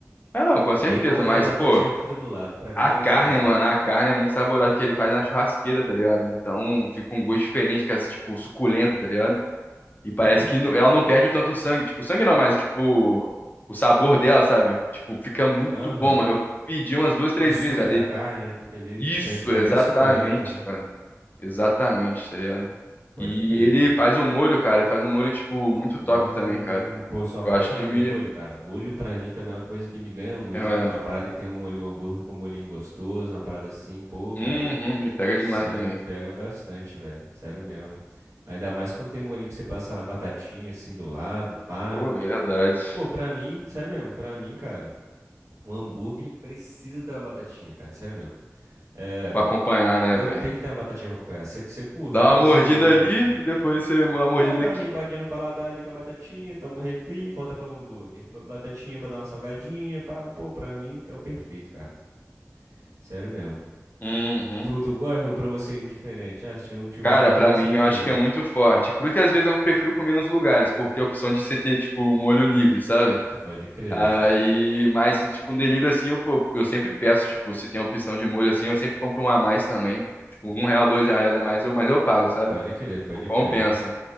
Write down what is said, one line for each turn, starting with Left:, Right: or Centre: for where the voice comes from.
Left: Ah, não, com
Right: Bacon
Left: certeza, mas,
Right: e a batatinha
Left: pô,
Right: frita do lado, pra
Left: a
Right: mim é
Left: carne,
Right: o ideal.
Left: mano, a carne é muito saborosa porque ele faz na churrasqueira, tá ligado? Então, fica um gosto diferente, que é, tipo, suculenta, tá ligado? E parece
Right: Pô.
Left: que não- ela não perde tanto sangue. Tipo, sangue não, mas tipo, o sabor dela, sabe? Tipo, fica muito
Right: Aham.
Left: bom, mano. Eu pedi umas duas, três
Right: O suco
Left: vezes já dele.
Right: da carne, né, fica ali,
Left: Isso,
Right: sempre fica
Left: exatamente,
Right: bem suculenta, né?
Left: cara. Exatamente, tá ligado?
Right: Pode
Left: E
Right: crer,
Left: ele
Right: cara.
Left: faz um molho, cara. Ele faz um molho, tipo, muito top
Right: Hum,
Left: também, cara.
Right: pô, sou apaixonado
Left: Eu acho que me.
Right: em molho, cara. Molho pra mim também é uma coisa que me ganha muito.
Left: É, é.
Right: Uma parada que tem um molho, um hambúrguer com um molhinho gostoso, uma parada assim, pô, cara.
Left: Uhum, me pega
Right: Isso
Left: demais
Right: aí
Left: também.
Right: me pega bastante, velho. Sério mesmo. Ainda mais quando tem um molhinho pra você passar na batatinha, assim, do lado, pá.
Left: Pô, verdade.
Right: Pô, pra mim, sério mesmo, pra mim, cara, um hambúrguer, ele precisa ter uma batatinha, cara, sério mesmo. É,
Left: Pra acompanhar, né,
Right: pô,
Left: velho?
Right: tem que ter uma batatinha pra acompanhar. Você, você curte,
Left: Dá
Right: ou pra
Left: uma
Right: você
Left: mordida
Right: não...
Left: ali e depois você dá uma mordida
Right: É, dá
Left: aqui.
Right: uma limpadinha no paladar ali com a batatinha, toma um refri e volta pra um hambúrguer. Pa- Batatinha pra dar uma salgadinha, pá. Pô, pra mim, é o perfeito, cara. Sério mesmo.
Left: Uhum.
Right: Tu, tu gosta ou pra você é indiferente? Ah, se não tiver
Left: Cara,
Right: também,
Left: pra mim
Right: você nem
Left: eu acho
Right: liga.
Left: que é muito forte. Por isso que às vezes eu prefiro comer nos lugares, por ter a opção de você ter, tipo, molho livre, sabe?
Right: Pode crer.
Left: Aí, mas, tipo, no delivery assim, eu, pô, eu sempre peço, tipo, se tem opção de molho assim, eu sempre compro um a mais também. Tipo, um real, dois reais a mais, eu, mas eu pago, sabe?
Right: Pode crer, pode
Left: Tipo, Compensa.
Right: crer.